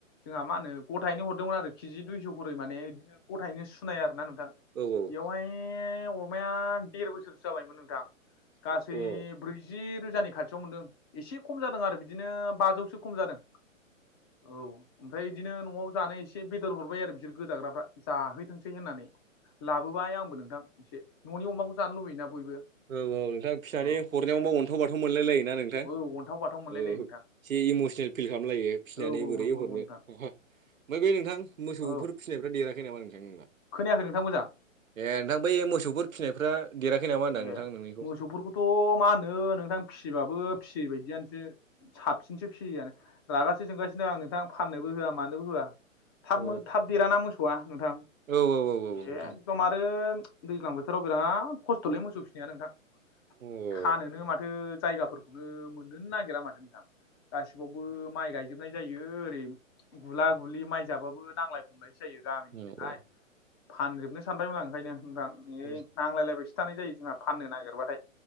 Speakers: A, on the left; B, on the right.
A: जोंहा मा होनो गथायनो हरदोंमोन आरो किजि दुइस खरै माने बिदिनो गथायैनो सु सुनाया आरोना नोंथां
B: बेथ'
A: बेवहाय अमाया देर बोसोरसो जाबायमोन नोंथां। गासै
B: अ औ
A: ब्रै जि रोजानि खाथियाव मोनदों एसे खम जादों आरो बिदिनो बाजौसो खम जादों। औ ओमफ्राय बिदिनो नआव जानो एसे बेदर हरबाय आरो बिसोर गोदाग्राफ्रा जाहै थोंसै होननानै लाबोबाय आंबो नोंथां एसे ननि अमाखौ जानो लुबैयोना बयबो।
B: औ औ नोंथाङा फिसानि
A: औ
B: हरनायावबा अनथाव बाथ मोनलाय लायो ना नों नोंथां
A: औ अन्थाव बाथाव मोनलाय
B: औ
A: लायो नोंथां
B: एसे इमसनेल फिल खालामलायो फिसिनानै
A: औ औ
B: बोरै
A: नंगौ नंगौ
B: हरनो
A: नोंथां
B: ओमफ्राय बे नोंथां मोसौफोर
A: औ
B: फिसिनायफ्रा देराखै नामा नोंथां नोंना?
A: खोनायाखै नोंथां मोजां
B: ए नोंथां बै मोसौफोर फिनायफ्रा देराखै नामा होनदां?
A: ए
B: नोंथां
A: मोसौफोरखौथ
B: नोंनिखौ
A: मा होननो नोंथां फिसिबाबो फिसियै बायदियानोसो। साबसिनसो फियियानो रागाासो जोंगासिनो दं आं नोंथां फाननोबो होआ मानोबो होआ। थाब
B: अ
A: थाब देराना मोसौआ नोंथां
B: औ औ औ
A: ए
B: नोंथां
A: एकदम आरो दैज्लां बोथोराव बिराद खस्थ'लै मोसौ फिनाया नोंथां।
B: अ औ
A: खानोनो माथो जायगाफोरखौनो मोन नोनो नागिरा माथो नोंथां गासिबावबो माइ गायजोबनाय जायो ओरै गुला गुलि माइ जाबाबो नांलाय खमलायसो जायो गामिनिजोंहाय।
B: औ
A: फानजोबनो सानबायमोन आ ओंखायनो नोंथां
B: औ
A: ए नांलायलायबायसो थानाय जायो जोंहा फाननो नागिरबाथाय